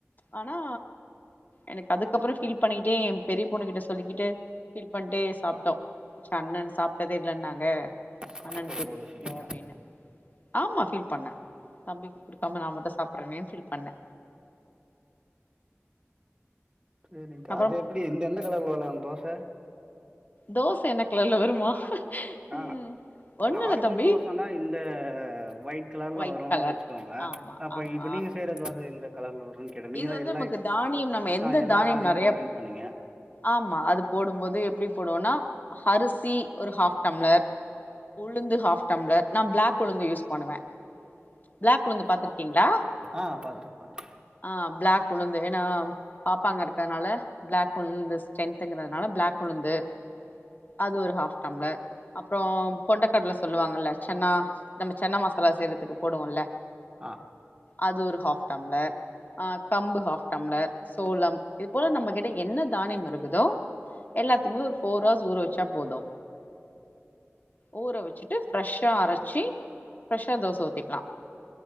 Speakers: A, on the left; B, on the right.
A: ஆனா எனக்கு அதுக்கப்பற ஃபீல் பண்ணிகிட்டே எ பெரிய பொண்ணுக் கிட்ட சொல்லிக்கிட்டு ஃபீல் பண்ட்டே சாப்ட்டோ ச அண்ணன் சாப்ட்டதே இல்லன்னாங்க
B: சாப்பிடும்
A: அண்ணனுக்கு ஊத்தி
B: போது
A: குடுத்துருவோ
B: ஃபீலிங்கா
A: அப்டின்னு ஆமா ஃபீல் பண்ணே தம்பிக்கு குடுக்காம நா மட்டு சாப்ட்றனேனு ஃபீல் பண்ணே
B: சேரிங்க்கா
A: அப்புறம்
B: அது எப்டி எந்த எந்த கலர்ல வளரு தோச
A: தோச என்ன கலர்ல வருமா
B: ஆ
A: ம் ஒண்ணுல்ல
B: நார்மல்
A: தம்பி
B: தோசனா இந்த ஒயிட் கலர்ல
A: ஒயிட்
B: வருன்னு
A: கலர்
B: வெச்சுக்கோங்க
A: ஆமா
B: அப்ப
A: ஆமா
B: இப்ப நீங்க செய்ற தோச எந்த கலர்ல வருன்னு கேட்டே நீங்கதா
A: இது வந்து
B: எல்லா
A: நமக்கு
B: இக்
A: தானியம் நம்ம எந்த
B: ஆ எல்லா
A: தானியம்
B: தானியமு
A: நெறைய
B: போட்றேன்னு சொன்னீங்க
A: ஆமா அது போடும்போது எப்டி போடுவோனா ஹரிசி ஒரு ஹாஃப் டம்ளர் உளுந்து ஹாஃப் டம்ளர் நா பிளாக் உளுந்து யூஸ் பண்ணுவே பிளாக் உளுந்து பாத்துருக்கீங்ளா
B: ஆ பாத்துருக்கே பாத்துருக்
A: ஆ பிளாக் உளுந்து ஏனா பாப்பாங்க இருக்கதுனால பிளாக் உளுந்து ஸ் ஸ்ட்ரென்துங்கிறதுனால பிளாக் உளுந்து அது ஒரு ஹாஃப் டம்ளர் அப்றோ கொண்டக்கட்ல சொல்லுவாங்கல்ல சன்னா நம்ம சன்னா மசாலா செய்றத்துக்கு போடுவோல்ல
B: ஆ
A: அது ஒரு ஹாஃப் டம்ளர் ஆ கம்பு ஹாஃப் டம்ளர் சோளம் இது போல நம்மகிட்ட என்ன தானியம் இருக்குதோ எல்லாத்தையுமே ஒரு ஃபோர் ஹவர்ஸ் ஊற வெச்சா போது ஊற வெச்சுட்டு ஃப்ரெஷ்ஷா அரைச்சு ஃப்ரெஷ்ஷா தோச ஊத்திக்கலா